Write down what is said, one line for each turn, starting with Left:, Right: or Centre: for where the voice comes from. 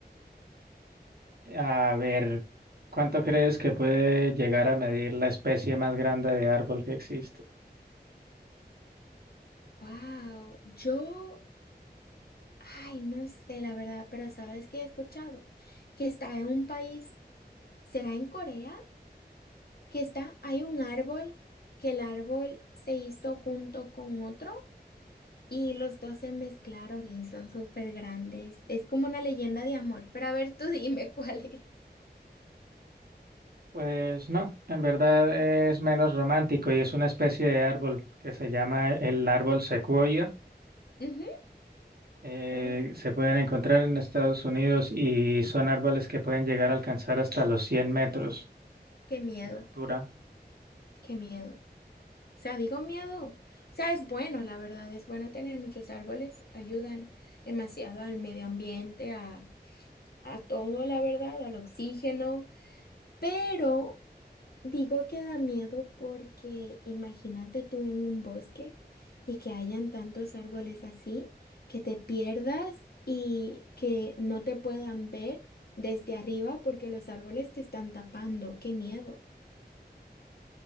Right: A ver, ¿cuánto crees que puede llegar a medir la especie más grande de árbol que existe?
Left: Wow, yo, ay, no sé la verdad, pero ¿sabes qué he escuchado? Que está en un país, ¿será en Corea? Que está, hay un árbol, que el árbol se hizo junto con otro. Y los dos se mezclaron y son súper grandes. Es como una leyenda de amor. Pero a ver, tú dime <laughs> cuál es.
Right: Pues no, en verdad es menos romántico y es una especie de árbol que se llama el árbol secuoya.
Left: Ujú.
Right: Eh,
Left: Oh,
Right: se pueden encontrar en Estados Unidos y son árboles que pueden llegar a alcanzar hasta los cien metros
Left: qué miedo,
Right: de altura.
Left: qué miedo. O sea, digo miedo. O sea, es bueno, la verdad, es bueno tener muchos árboles. Ayudan demasiado al medio ambiente, a, a todo, la verdad, al oxígeno. Pero Digo que da miedo porque imagínate tú en un bosque y que hayan tantos árboles así, que te pierdas y que no te puedan ver desde arriba porque los árboles te están tapando. ¡Qué miedo!